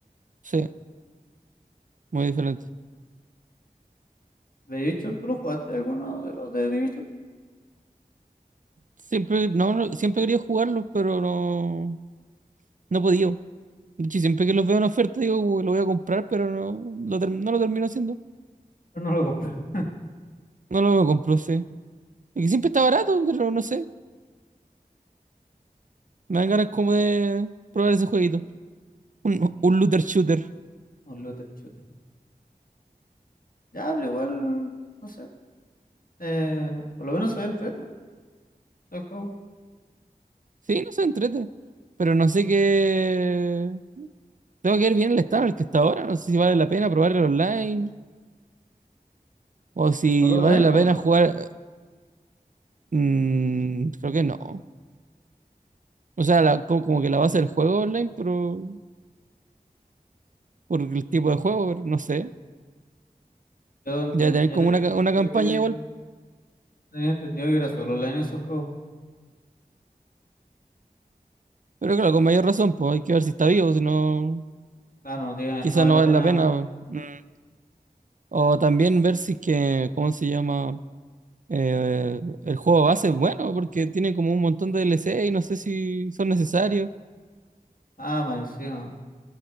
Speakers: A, on the right; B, on the left.
A: Sí, muy diferente.
B: ¿The Division tú lo jugaste alguno de los de Division?
A: Siempre, no, no, siempre quería jugarlos, pero no, no he podido. De hecho, siempre que los veo en oferta digo, "Uy, lo voy a comprar, pero no lo, term- no lo termino haciendo.
B: Pero no lo compré. <laughs>
A: No lo compro, sí. Es que siempre está barato, pero no sé. Me dan ganas como de probar ese jueguito. Un, un looter shooter.
B: Un looter shooter. Ya, pero igual, no sé. eh, por lo menos se entrete el juego.
A: Sí, no se entrete. Pero no sé qué. Tengo que ver bien el estado en el que está ahora. No sé si vale la pena probar el online o si
B: ¿Es solo
A: vale
B: online,
A: la
B: pues
A: pena
B: no?
A: jugar. mm, creo que no. O sea, la- como, como que la base del juego online, pero por el tipo de juego, pero no sé.
B: Yo, enten-
A: Debe tener
B: yo
A: como
B: tenía
A: una, ca- una
B: entendido
A: campaña
B: que,
A: igual.
B: tenía entendido que era solo online ese juego.
A: Pero claro, con mayor razón, pues hay que ver si está vivo, si no,
B: Claro, no tiene,
A: quizás
B: no vale
A: no
B: la
A: vale
B: pena.
A: la pena. Mm. O también ver si es que, ¿cómo se llama? Eh, el juego base es bueno, porque tiene como un montón de DLC y no sé si son necesarios.
B: Ah, más encima.